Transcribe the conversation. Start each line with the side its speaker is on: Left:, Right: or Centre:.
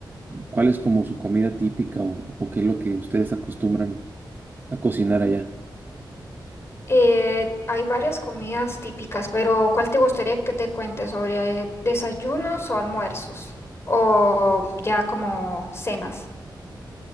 Right: ¿cuál es como su comida típica o, o qué es lo que ustedes acostumbran a cocinar allá?
Left: Eh, hay varias comidas típicas, pero ¿cuál te gustaría que te cuente sobre eh, desayunos o almuerzos? O ya como cenas.